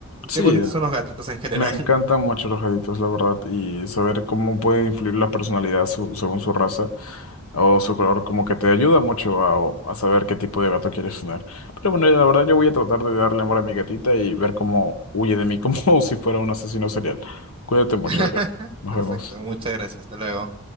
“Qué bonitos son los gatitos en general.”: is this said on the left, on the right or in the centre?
Right